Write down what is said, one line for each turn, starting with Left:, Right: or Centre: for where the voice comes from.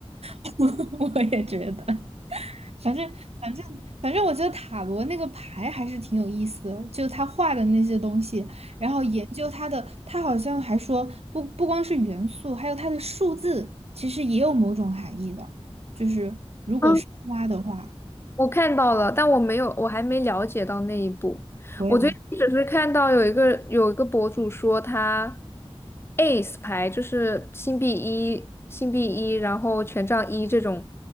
Right: <laughs> 我也觉得。反正反正反正，我觉得塔罗那个牌还是挺有意思的，就他画的那些东西，然后研究它的，他好像还说不不光是元素，还有它的数字，其实也有某种含义的。就是
Left: <laughs>
Right: 挖的话，
Left: 我看到了，但我没有，我还没了解到那一步。
Right: 我也
Left: 我最近只是看到有一个有一个博主说他 ace 牌就是星币一、星币一，然后权杖一这种